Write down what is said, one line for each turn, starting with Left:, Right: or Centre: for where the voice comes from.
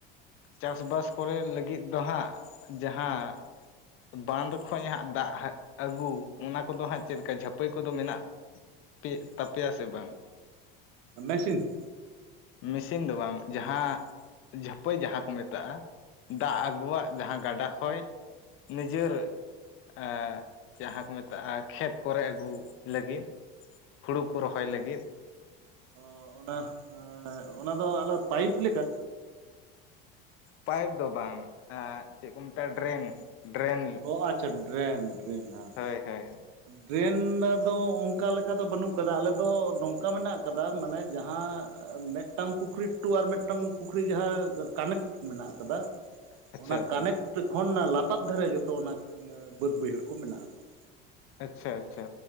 Left: ᱪᱟᱥ ᱵᱟᱥ ᱠᱚᱨᱮ ᱞᱟᱹᱜᱤᱫ ᱫᱚ ᱦᱟᱸᱜ ᱡᱟᱦᱟᱸ ᱵᱟᱸᱫᱷ ᱠᱷᱚᱡ ᱦᱟᱸᱜ ᱫᱟᱜ ᱟᱹᱜᱩ ᱚᱱᱟ ᱠᱚ ᱫᱚ ᱦᱟᱸᱜ ᱪᱮᱫ ᱠᱟ ᱡᱷᱟᱹᱯᱟᱹᱭ ᱠᱚ ᱫᱚ ᱢᱮᱱᱟᱜ ᱯᱮ ᱛᱟᱯᱮᱭᱟ ᱥᱮ ᱵᱟᱝ?
Right: ᱢᱮᱥᱤᱱ᱾
Left: ᱢᱮᱥᱤᱱ ᱫᱚ ᱵᱟᱝ᱾ ᱡᱟᱦᱟᱸ ᱡᱷᱟᱹᱯᱟᱹᱭ ᱡᱟᱦᱟᱸ ᱠᱚ ᱢᱮᱛᱟᱜᱼᱟ᱾ ᱫᱟᱜ ᱟᱹᱜᱩᱣᱟᱜ ᱡᱟᱦᱟᱸ ᱜᱟᱰᱟ ᱠᱷᱚᱡ, ᱱᱤᱡᱮᱨ ᱮᱜ, ᱡᱟᱦᱟᱸ ᱠᱚ ᱢᱮᱛᱟᱜᱼᱟ ᱠᱷᱮᱛ ᱠᱚᱨᱮ ᱟᱹᱜᱩ ᱞᱟᱹᱜᱤᱫ᱾ ᱦᱩᱲᱩ ᱠᱚ ᱨᱚᱦᱚᱭ ᱞᱟᱹᱜᱤᱫ᱾
Right: ᱚ, ᱚᱱᱟ, ᱚᱱᱟ ᱫᱚ ᱟᱞᱮ ᱯᱟᱭᱤᱯ ᱞᱮᱠᱟ
Left: ᱯᱟᱭᱤᱯ ᱫᱚ ᱵᱟᱝ ᱪᱮᱫ ᱠᱚ ᱢᱮᱛᱟᱜᱼᱟ ᱰᱨᱮᱱ, ᱰᱨᱮᱱ
Right: ᱚ ᱟᱪᱪᱷᱟ ᱰᱨᱮᱱ ᱰᱨᱮᱱ ᱦᱮᱸ᱾
Left: ᱦᱳᱭ ᱦᱳᱭ
Right: ᱰᱨᱮᱱ ᱫᱚ ᱚᱱᱠᱟ ᱞᱮᱠᱟ ᱫᱚ ᱵᱟᱹᱱᱩᱜ ᱟᱠᱟᱫᱟ᱾ ᱟᱞᱮ ᱫᱚ ᱱᱚᱝᱠᱟ ᱢᱮᱱᱟᱜ ᱟᱠᱟᱫᱟ᱾ ᱢᱟᱱᱮ ᱡᱟᱦᱟᱸ ᱢᱤᱫᱴᱟᱝ ᱯᱩᱠᱷᱨᱤ ᱴᱩ ᱟᱨ ᱢᱤᱫᱴᱟᱝ ᱯᱩᱠᱷᱨᱤ ᱡᱟᱦᱟᱸ ᱠᱟᱱᱮᱠᱴ ᱢᱮᱱᱟᱜ ᱟᱠᱟᱫᱟ᱾
Left: ᱟᱪᱪᱷᱟ
Right: ᱚᱱᱟ
Left: ᱟᱪᱪᱷᱟ
Right: ᱠᱟᱱᱮᱠᱴ ᱠᱷᱚᱱ ᱞᱟᱛᱟᱨ ᱫᱷᱟᱨᱮ ᱡᱚᱛᱚ ᱚᱱᱟ ᱵᱟᱹᱫ ᱵᱟᱹᱭᱦᱟᱹᱲ ᱠᱚ ᱢᱮᱱᱟᱜ ᱟᱠᱟᱫᱟ᱾
Left: ᱟᱪᱪᱷᱟ ᱟᱪᱪᱷᱟ᱾